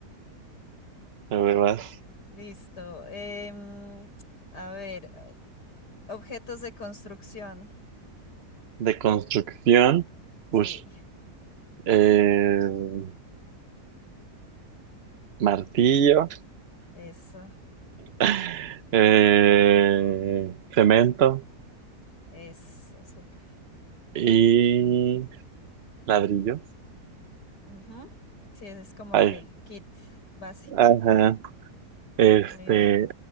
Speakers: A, on the right; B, on the left.
A: ver, vas.
B: Listo. Em, a ver, objetos de construcción.
A: De construcción.
B: Sí,
A: Ush. Eh, martillo.
B: eso,
A: <laughs> Eh, cemento.
B: eso, súper.
A: Y Ladrillos.
B: Ujú. Sí, ese es como
A: Ay.
B: que el kit básico.
A: Ajá. Este,
B: Muy bien.